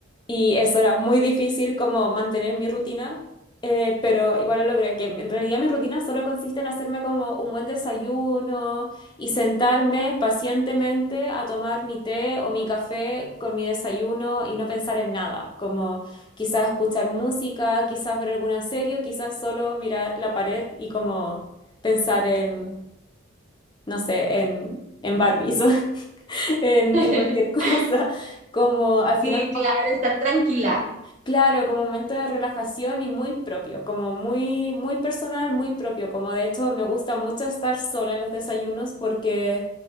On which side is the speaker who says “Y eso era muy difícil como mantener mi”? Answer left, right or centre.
Left